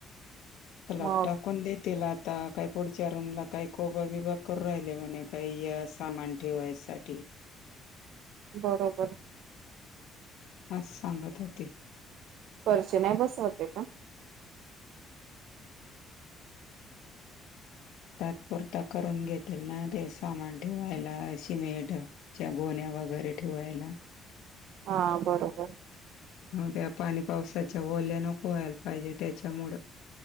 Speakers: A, on the left (about 80°); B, on the right (about 70°).
A: पलब
B: मग
A: टाकून देत. तिला आता काही पुढच्या रूमला काही कोबा बिबा करू राहिले म्हणे काही सामान ठेवायसाठी.
B: बरोबर.
A: आज सांगत हो ते.
B: पर्षी नाही बसवते का?
A: तात्पुरता करून घेतेल ना ते सामान ठेवायला सिमेट च्या गोन्या वगैरे ठेवायला.
B: हा बरोबर.
A: त्या पाणी पावसाच्या ओल्या नको व्हायला पाहिजे त्यांच्यामुळ